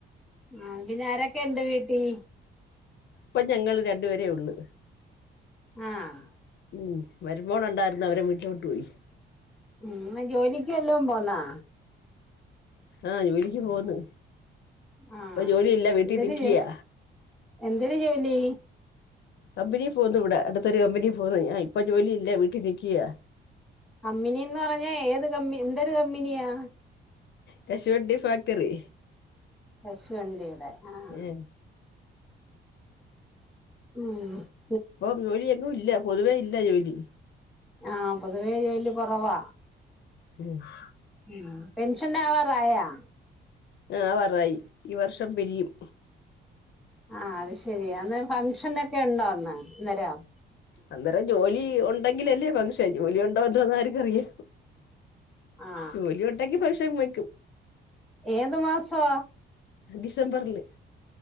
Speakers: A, in the centre; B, on the left.
A: ആ പിന്നെ ആരൊക്കെ ഉണ്ട് വീട്ടിൽ
B: ഇപ്പം ഞങ്ങള് രണ്ടുപേരേ ഉള്ളു
A: ആഹ്
B: ഉം മരുമോൾ ഉണ്ടായിരുന്നു അവരെ വീട്ടിലോട്ട് പോയി
A: ഉം ജോലിക്ക് വല്ലോം പോന്നാ
B: ആഹ ജോലിക്ക് പോന്ന്
A: ആഹ്
B: ഇപ്പൊ ജോലിയില്ല വീട്ടിൽ
A: എന്തൊരു
B: നിക്കിയാ
A: എന്തൊരു ജോലി
B: കമ്പനി ഫോകുന്ന് ഇവിടെ അടുത്തൊരു കമ്പനി ഫോന്നു ഞാ ഇപ്പൊ ജോലി ഇല്ല വീട്ടിൽ ഇരിക്ക്യാ
A: കമ്പിനിയന്ന് പറഞ്ഞാ ഏത് കമ്പ എന്തൊരു കമ്പനിയാ
B: കശുവണ്ടി ഫാക്ടറി
A: കശുവണ്ടിയുടെ ആഹ്
B: ഏഹ്
A: മ്ഹ്
B: ഇപ്പം ജോലി എങ്ങും ഇല്ല പൊതുവേ ഇല്ല ജോലി
A: ആ പൊതുവേ ജോലി കുറവാ
B: ആഹ്
A: ആ പെൻഷൻ ആവാറായാ
B: ആഹ് ആവറായി ഈ വർഷം പിരിയും
A: ആഹ് അത് ശരി അന്ന് ഫംഗ്ഷനൊക്കെ ഉണ്ടോ അന്ന് അന്നേരം
B: അന്നേരം ജോലി ഉണ്ടെങ്കിലല്ലേ ഫംഗ്ഷൻ ജോലി ഉണ്ടോ എന്തോ എന്ന് ആർക്കറിയ
A: ആ
B: ജോലി ഒണ്ടെങ്കി ഫങ്ഷൻ വയ്ക്കും
A: ഏത് മാസാ
B: ഡിസംബർല്